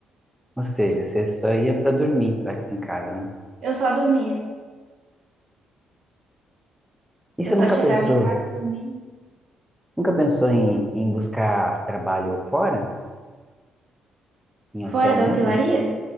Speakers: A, in the centre; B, on the right.
A: Ou seja, você só ia para dormir pra, em casa, né?
B: Eu só dormia.
A: E
B: Eu
A: você nunca
B: só chegava
A: pensou,
B: em casa, dormia.
A: nunca pensou em, em buscar trabalho fora? Em
B: Fora
A: hotel
B: da
A: mesmo?
B: hotelaria?